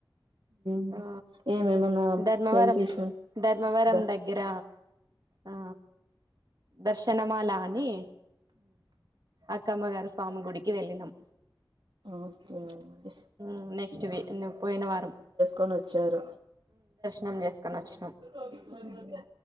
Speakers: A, on the right; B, on the right.
A: మ్
B: ఆ
A: ఏమి ఏమన్నా
B: ధర్మవరం
A: హెల్త్ ఇష్యూ
B: ధర్మవరం
A: దా
B: దగ్గర ఆ దర్శనమాల అని అక్కమ్మగారు స్వామి గుడికి వెళ్ళినాం
A: ఓకే అండి
B: యూ నెక్స్ట్ వి నువ్వు పోయిన వారం
A: ని వచ్చారు
B: నం చేసుకనొచ్చు
A: ఓకే అది అది